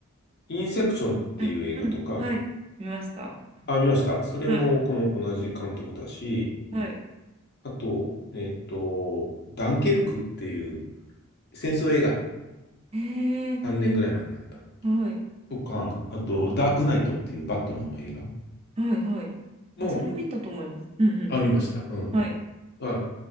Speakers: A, on the left (about 50°); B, on the right (about 30°).
A: インセプションっていう映画とか、
B: うん、うん、はい。見ました。
A: あ、見ました。それもこの同じ監督だし、
B: はい。はい。
A: あと、えっと、ダンケルクっていう戦争映画、
B: へえ。
A: 3年ぐらい前にあった。
B: はい。
A: とか、あと、ダークナイトっていうバットマンの映画
B: はい、はい。
A: も、
B: あ、それ見たと思います。うんう
A: あ、見ました。うん。
B: ん。はい。
A: だから